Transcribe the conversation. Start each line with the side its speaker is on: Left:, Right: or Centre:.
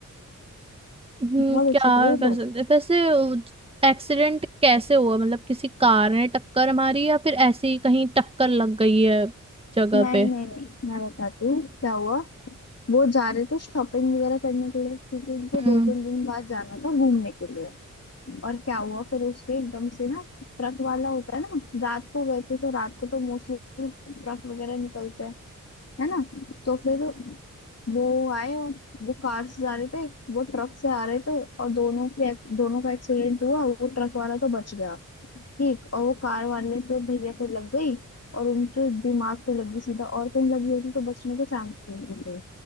Right: हम्म,
Left: बहुत
Right: क्या
Left: अच्छे थे वो
Right: कर
Left: तो
Right: सकते वैसे एक्सीडेंट कैसे हुआ मतलब किसी कार ने टक्कर मारी या फिर ऐसे ही कहीं टक्कर लग गई है जगह
Left: नहीं
Right: पे
Left: नहीं नहीं मैं बताती हूँ क्या हुआ वो जा रहे थे शॉपिंग वगैरह करने के लिए क्योंकि उनको
Right: हम्म
Left: दो तीन दिन बाद जाना था घूमने के लिए और क्या हुआ फिर उसके एकदम से ना ट्रक वाला होता है ना रात को गए थे तो रात को तो मोस्टली ट्रक वगैरह निकलते हैं है ना तो फिर वो आए और वो कार से जा रहे थे वो ट्रक से आ रहे थे और दोनों के दोनों का एक्सीडेंट हुआ वो ट्रक वाला तो बच गया ठीक और वो कार वाले पे भैया पे लग गई और उनके दिमाग पे लग गई सीधा और कहीं लगी होती तो बचने के चांसेस नहीं थे